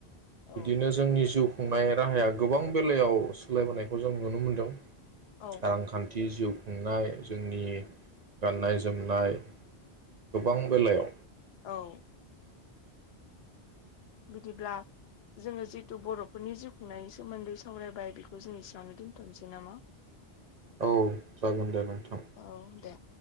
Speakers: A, on the left; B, on the right.
A: औ
B: बिदिनो जोंनि जुग खुंनाय राहाया गोबां बेलायाव सोलायबोनायखौ जों नुनो मोनदों
A: औ
B: रांखान्थि जि जिउ खुंनाय जोंनि गाननाय जोमनाय गोबां बेलायाव
A: औ बिदिब्ला जोङो जिथु बर'फोरनि जिउ खुंनायनि सोमोन्दै सावरायबाय बेखौ जों इसेयावनो दोन्थनोसै नामा?
B: औ जागोन दे नोंथां
A: औ दे